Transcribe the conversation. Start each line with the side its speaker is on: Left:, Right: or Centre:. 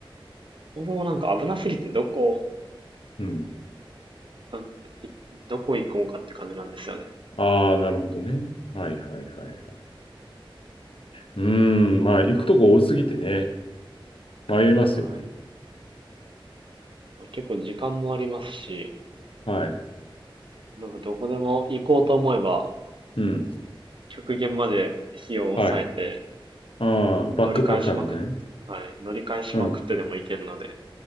Right: そもそもなんか危なすぎてどこ、
Left: うん。
Right: なんどこ行こうかって感じなんですよね。
Left: ああ、なるほどね。はいはいはいはい。うーん、まあ、行くとこ多すぎてね、迷いますよね。
Right: はい。結構時間もありますし、
Left: はい。
Right: なんかどこでも行こうと思えば、
Left: うん。
Right: 極限まで費用を抑えて、
Left: はい。ああ、バックパッカーみたいなね。
Right: 乗り換えしまくっ、はい、乗り換えしまくってでも行けるので、
Left: うん。